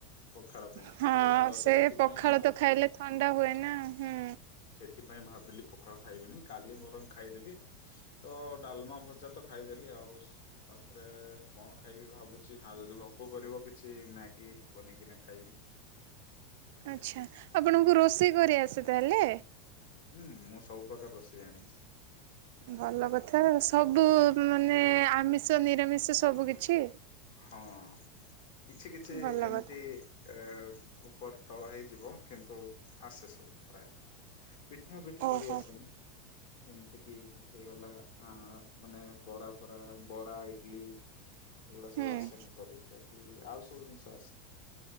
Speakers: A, on the left; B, on the right.
A: ପଖାଳ ପାଇଁ।
B: ହଁ
A: ତ
B: ସେ
A: ସେଥିପାଇଁ
B: ପଖାଳ ତ ଖାଇଲେ ଥଣ୍ଡା ହୁଏ ନା ହୁଁ।
A: ସେଥିପାଇଁ ଭାବିଲି ପଖଳ ଖାଇବିନି। କାଲି ମରଙ୍ଗ ଖାଇଦେବି ତ ଡାଲମା ଭଜା ତ ଖାଇଦେଲି ଆଉ ତାପରେ କଣ ଖାଇବି ଭାବୁଛି ଆଉ ଯଦି ଭୋକ କରିବ କିଛି ମ୍ୟାଗି ବନେଇକିନା ଖାଇବି। ହ <unintelligible>
B: ଆଛା ଆପଣଙ୍କୁ ରୋଷେଇ କରି ଆସେ ତାହେଲେ?
A: ହୁଁ ମୁଁ ସବୁପ୍ରକାର ରୋଷେଇ ଜାଣିଚି।
B: ଭଲ କଥା ସବୁ ମାନେ ଆମିଷ ନିରାମିଷ ସବୁ କିଛି
A: ହଁ କିଛି କିଛି
B: ଭଲ
A: ଏମିତି
B: କଥା
A: ଏ ଉପର ତଳ ହେଇଯିବ କିନ୍ତୁ ଆସେ ସବୁ ପ୍ରାୟତଃ। ପିଠା ପିଠି
B: ଓହୋ
A: କରିଆସେନି ଯେମିତି କିି ହେଇଗଲା ଆ ମାନେ ବରା ଫରା ବରା ଇଟଲି ଏଗୁଡା ସବୁ
B: ହୁଁ।
A: ଆସେନି କରି ବାକି ଆଉ ସବୁ ଜିନିଷ ଆସେ